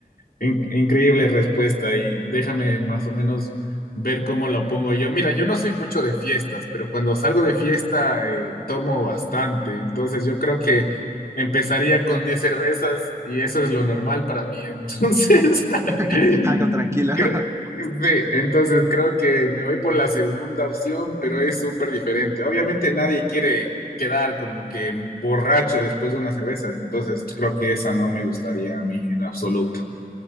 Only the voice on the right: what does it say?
<laughs>
Algo tranquilo.
<laughs>